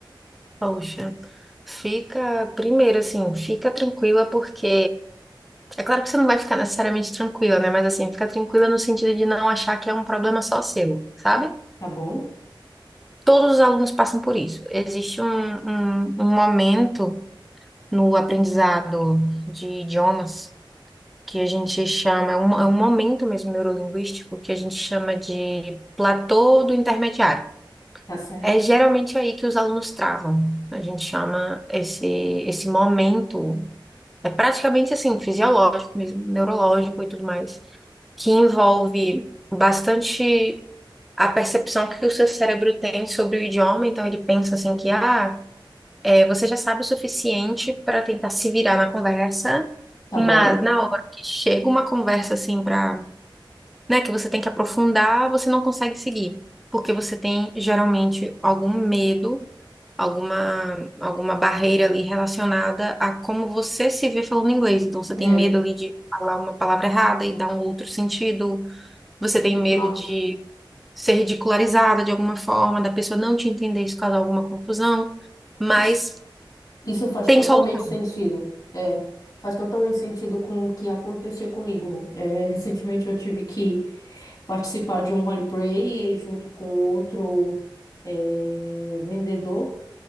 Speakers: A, in the centre; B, on the left.
A: Poxa, fica, primeiro assim, fica tranquila porque é claro que você não vai ficar necessariamente tranquila, né? Mas assim, fica tranquila no sentido de não achar que é um problema só seu, sabe?
B: Tá bom?
A: Todos os alunos passam por isso. Existe um, um, um momento no aprendizado de idiomas que a gente chama, é um, é um momento mesmo neurolinguístico que a gente chama de platô do intermediário.
B: Tá certo?
A: É geralmente aí que os alunos travam. A gente chama esse, esse momento, é praticamente assim, fisiológico mesmo, neurológico e tudo mais, que envolve bastante a percepção que o seu cérebro tem sobre o idioma. Então, ele pensa assim que, ah, é, você já sabe o suficiente para tentar se virar na conversa,
B: Tá
A: mas
B: bom?
A: na hora que chega uma conversa assim para né, que você tem que aprofundar, você não consegue seguir, porque você tem geralmente algum medo, alguma alguma barreira ali relacionada a como você se vê falando inglês. Então você
B: É.
A: tem medo ali de falar uma palavra errada e dar um outro sentido, você
B: N-
A: tem medo
B: Nossa,
A: de ser ridicularizada de alguma forma, da pessoa não te entender, isso causar alguma confusão, mas
B: isso, isso faz
A: tem
B: totalmente
A: solução.
B: sentido. É, faz totalmente sentido com o que aconteceu comigo. É, recentemente eu tive que participar de um roleplay junto com outro eh, vendedor.